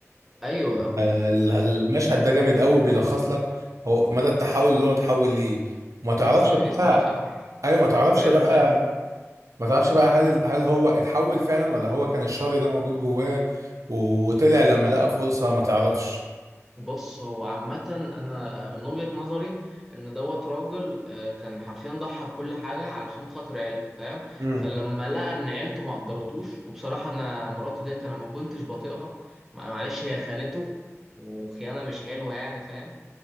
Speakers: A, in the centre; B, on the right (about 85°).
A: أيوة
B: المشهد
A: أم،
B: ده جامد قوي بيلخص لك هو مدى التحول اللي هو اتحول ليه ما تعرفش
A: قصة أنا
B: بقى
A: جسمي أشعر
B: ايوه ما
A: حرفيا
B: تعرفش بقى
A: ساعتها.
B: ما تعرفش بقى هل هل هو اتحول فعلا ولا هو كان الشر ده موجود جواه وطلع لما لقى فرصة ما تعرفش
A: بص هو عامة أنا من وجهة نظري إن دوت راجل آه، كان حرفيا ضحى بكل حاجة علشان خاطر عيلته فاهم
B: امم
A: فلما لقى إن عيلته ما قدرتوش وبصراحة أنا مراته ديت أنا ما كنتش بطيقها مع- معلش هي خانته وخيانة مش حلوة يعني فاهم